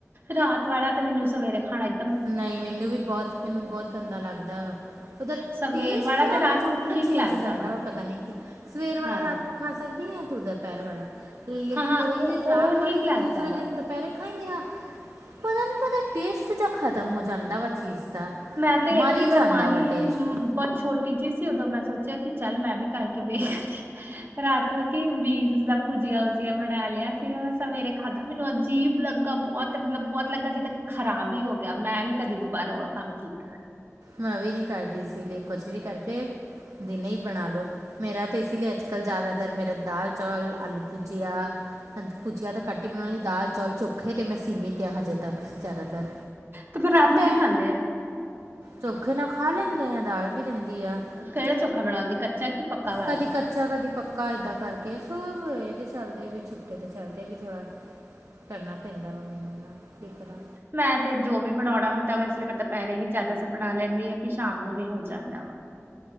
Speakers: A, on the right; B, on the right.
A: ਰਾਤ ਵਾਲਾ ਤੇ ਮੈਨੂੰ ਸਵੇਰੇ ਖਾਣੱ
B: ਨਈ ਮੈਨੂੰ ਵੀ ਬੋਤ, ਮੈਨੂੰ ਬੋਤ ਗੰਦਾ ਲੱਗਦਾ ਵਾ। ਓਦਾ
A: ਸਵੇਰ
B: ਟੇਸਟ
A: ਵਾਲਾ
B: ਆ
A: ਤੇ ਰਾਤ
B: ਨਾ, ਜੋ
A: ਨੂੰ
B: ਪੂਰਾ
A: ਠੀਕ
B: ਚੇਂਜ
A: ਲੱਗਦਾ
B: ਹੋ ਜਾਂਦਾ
A: ਵਾ
B: ਪਤਾ ਨੀ ਕਿ, ਸਵੇਰ ਵਾਲਾ
A: ਹਾਂ
B: ਰਾਤ ਨੂੰ ਖਾ ਸਕਦੀ ਆ, ਤੋਂ ਦੁਪਹਿਰ ਵਾਲਾ ਲੇਕਿਨ
A: ਹਾਂ ਹਾਂ
B: ਓਈ ਜੇ
A: ਉਹ
B: ਰਾਤ
A: ਉਹ
B: ਵਾਲੀ,
A: ਠੀਕ
B: ਤੋਂ
A: ਲੱਗਦਾ
B: ਦੂਸਰੇ
A: ਵਾ
B: ਦਿਨ ਦੁਪਹਿਰੇ ਖਾਏਂਗੀ ਨਾ, ਪਤਾ ਨੀ ਓਦਾ ਟੇਸਟ ਜਾਂ ਖਤਮ ਹੋ ਜਾਂਦਾ ਵਾ ਚੀਜ਼ ਦਾ।
A: ਮੈਂ, ਤੇ
B: ਮਰ
A: ਇੱਕ ਹੀ ਵਾਰ
B: ਜਾਂਦਾ
A: ਮਾਂ ਹੀ
B: ਵਾ ਟੇਸਟ
A: ਬੋਤ ਛੋਟ ਟੀ ਜੀ ਸੀ, ਓਦੋਂ ਮੈਂ ਸੋਚਿਆ ਕਿ ਚੱਲ ਮੈਂ ਵੀ ਕਰਕੇ ਵੇਖ ਲੈਂਦੀ ਰਾਤ ਨੂੰ ਮੈਂ ਕਿ ਵਿਨਸ ਦਾ ਭੁਜੀਆ-ਉੁਜੀਆ ਬਣਾ ਲਿਆ ਸੀ, ਮੈਂ ਸਵੇਰੇ ਖਾਧਾ ਮੈਨੂੰ ਅੱ ਅਜੀਬ ਲੱਗਾ ਬੋਤ ਮਤਲਬ, ਬੋਤ ਲੱਗਾ ਜਿੱਦਾਂ ਕਿ ਖਰਾਬ ਈ ਹੋ ਗਿਆ ਮੈਂ ਨੀ ਕਦੀ ਦੁਬਾਰਾ ਓ ਆਲਾ ਕੰਮ ਕੀਤਾ।
B: ਮੈਂ ਵੀ ਨੀ ਕਰਦੀ ਸੀ, ਲੇ ਕੁਛ ਵੀ ਕਰਕੇ ਦਿਨੇ ਈ ਬਣਾ ਲਓ। ਮੇਰਾ ਤੇ ਇਸੀ ਲਈ ਅੱਜ-ਕੱਲ੍ਹ ਜ਼ਿਆਦਾਤਰ ਮੇਰਾ ਦਾਲ ਚੌਲ ਆਲੂ ਭੁਜੀਆ ਭੁੱਜਆ ਤਾਂ ਘੱਟ ਈ ਬਣਾਉਣੀ ਦਾਲ ਚੌਲ ਚੋਖੇ ਤੇ ਮੈਂ ਸੀਮੀਤ ਆ ਹਜੇ ਤੱਕ ਜ਼ਿਆਦਾਤਰ।
A: ਤੇ ਫਿਰ ਰਾਤ ਨੂੰ
B: ਟੈ
A: ਕੀ ਖਾਂਦੇ ਐ?
B: ਚੋਖੇ ਨਾ ਖਾ ਲੈਂਦੇ ਐ ਦਾਲ ਵੀ ਰਹਿੰਦੀ ਆ।
A: ਕੇੜਾ ਚੋਖਾ ਬਣਾਉਂਦੀ ਕੱਚਾ ਕੀ ਪੱਕਾ ਵਾਲਾ?
B: ਕਦੀ ਕੱਚਾ ਕਦੀ ਪੱਕਾ ਏਦਾਂ ਕਰਕੇ ਸੋ ਏਦੇ ਚੱਲਦੇ ਵੀ ਛੁੱਕੇ ਤੇ ਚੱਲਦੇ ਵੀ ਥੋੜਾ ਕਰਨਾ ਪੈਂਦਾ ਵਾ ਮੈਨੂੰ ਨਾ ਕੀ ਤਰ੍ਹਾਂ।
A: ਮੈਂ ਤੇ ਜੋ ਵੀ ਬਣਾਉਣਾ ਹੁੰਦਾ ਵਾ ਇਸ ਲਈ ਮੈਂ ਦੁਪਹਿਰੇ ਹੀ ਜ਼ਿਆਦਾ ਸਾ ਬਣਾ ਲੈਂਦੀ ਆ ਕਿ ਸ਼ਾਮ ਨੂੰ ਵੀ ਹੋ ਜਾਂਦਾ ਵਾ।